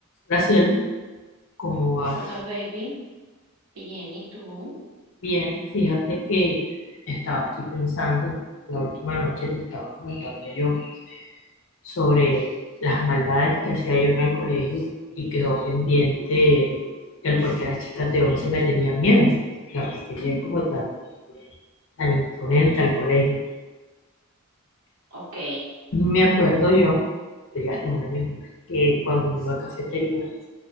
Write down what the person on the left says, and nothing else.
Graciela, ¿cómo vas?
Bien, fíjate que estaba aquí pensando, la última noche te estaba comentando yo sobre las maldades que hacía yo en el colegio y quedó pendiente el por qué las chicas de
11 me tenían miedo, o sea, porque llegué como tan, tan imponente al colegio.
Me acuerdo yo, de hasta un año después, que cuando me iba a cafetería,